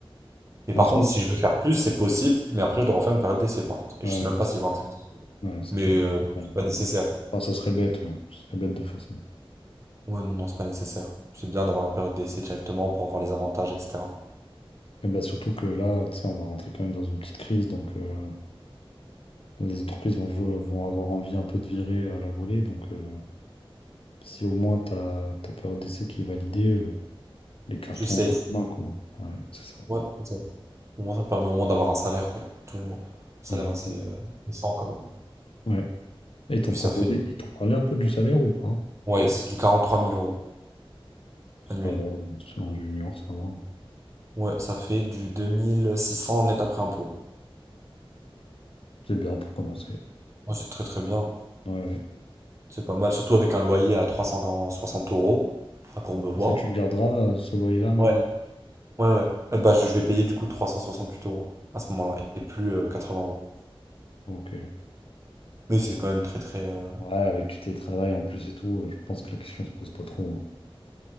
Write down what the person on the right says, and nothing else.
Mais
par
contre, si je veux faire plus, c'est possible, mais après, je dois refaire une période d'essai par contre. Et
je sais même pas s'ils vont accepter.
Mais
euh,
c'est pas nécessaire.
Ouais, non, non, c'est pas nécessaire. C'est bien d'avoir la période d'essai directement pour voir les avantages, etc.
Tu
sais,
ouais, c'est ça. Au moins, ça permet au moins d'avoir un salaire, quoi, tous les mois. Un salaire
assez euh, décent, quand même.
Puis
ça fait,
ouais, c'est du quarante trois mille euros annuel.
Ouais, ça fait du 2600 net après impôt.
Ouais, c'est très très bien.
C'est pas mal, surtout avec un loyer à 360 euros à Courbevoie.
Ouais, ouais, ouais. Euh, Bah, je je vais payer du coup 368 euros à ce moment-là et plus euh, 80 euros.
Mais c'est quand même très très. euh,